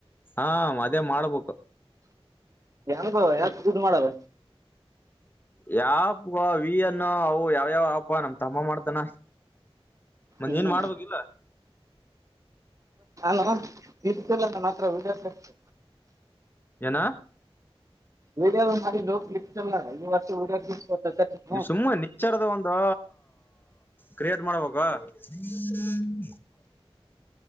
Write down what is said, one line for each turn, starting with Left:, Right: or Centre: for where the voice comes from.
Left: ಹಾ ಅದೇ ಮಾಡ್ಬೇಕು
Right: ಯಾರಿಗೋ ಯಾಕ ದುಡ್ಡು ಮಾಡದ
Left: ಯಾ ಆ್ಯಪೊ ವಿ ಅನ್ನು ಅವು ಯಾವ ಆ್ಯಪೊ ನಮ್ ತಮ್ಮ ಮಾಡ್ತಾನ ಮಂದ
Right: ಹಾಮ್
Left: ಏನ್ ಮಾಡ್ಬೇಕಿಲ್ಲ
Right: ನಾನು ಇರ್ತಿಲ್ಲ ನನ್ನ ಹತ್ರ ವಿಡಿಯೋಸ್ ಆಯ್ತೆ
Left: ಏನಾ?
Right: ವಿಡಿಯೋ ಮಾಡಿನೋ ಕ್ಲಿಕ್ <unintelligible>
Left: ಸುಮ್ಮ್ನೆ ನಿಚಾರದ ಒಂದು ಕ್ರಿಯೇಟ್ ಮಾಡ್ಬೇಕು <unintelligible>